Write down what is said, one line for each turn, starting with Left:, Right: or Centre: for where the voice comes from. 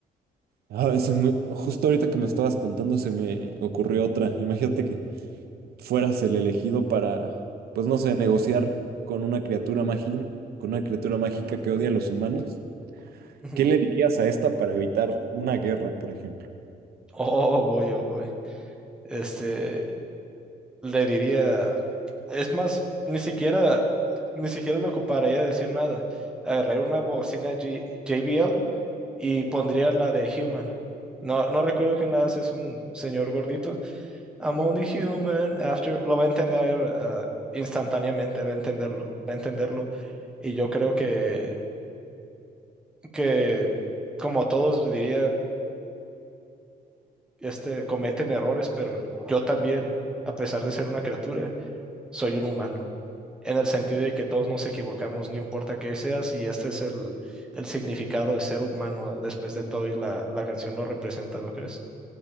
Right: Ah, se me- justo ahorita que me estabas contando se me ocurrió otra. Imagínate que fueras el elegido para, pues no sé, negociar con una criatura mágica, con una criatura mágica que odia a los humanos.
Centre: Ujú.
Right: ¿Qué le dirías a esta para evitar una guerra, por ejemplo?
Centre: Oh, voy, oh, voy. Este, le diría, es más, ni siquiera, ni siquiera le ocuparía decir nada. Agarré una bocina G- JBL y pondría la de Human. No, no recuerdo quién la hace, es un señor gordito. I'm only human after. Lo va a entender ah, instantáneamente, va a entenderlo, va a entenderlo. Y yo creo que, que, como todos diría, este, cometen errores, pero yo también, a pesar de ser una criatura, soy un humano. En el sentido de que todos nos equivocamos, no importa qué seas, y este es el, el significado de ser humano después de todo, y la, la canción lo representa, ¿no crees?